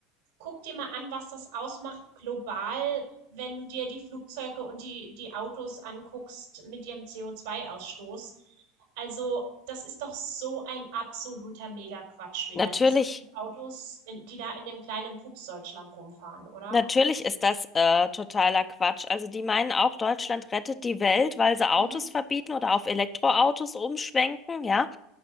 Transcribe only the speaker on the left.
Natürlich,
natürlich ist das äh, totaler Quatsch. Also die meinen auch, Deutschland rettet die Welt, weil sie Autos
verbieten oder auf Elektroautos umschwenken, ja.